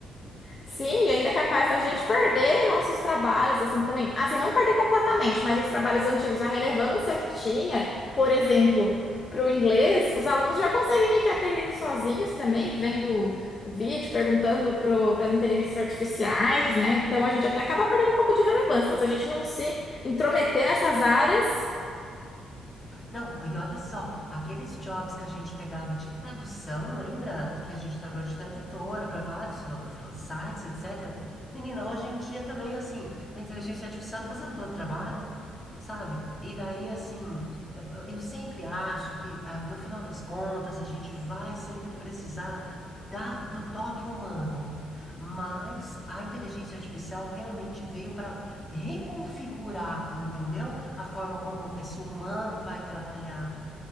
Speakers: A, on the left; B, on the left.
A: Sim, e ainda é capaz da gente perder nossos trabalhos, assim, também. Assim, não perder completamente, mas os trabalhos antigos, a relevância que tinha, por exemplo, para o inglês, os alunos já conseguem meio que aprendendo sozinhos também, vendo vídeo, perguntando para as inteligências artificiais, né? Então a gente até acaba perdendo um pouco de relevância. Então, se a gente não se intrometer nessas áreas,
B: Não, e olha só, aqueles jobs que a gente pegava de tradução, lembra? Que a gente trabalhou de tradutora para vários frila- frila- sites, etc. Menina, hoje em dia também, assim, da inteligência artificial tá fazendo todo o trabalho, sabe? E daí, assim, eu sempre acho que, ah, no final das contas, a gente vai sempre precisar da, do toque humano. Mas a inteligência artificial realmente veio para reconfigurar, entendeu? a forma como esse humano vai trabalhar.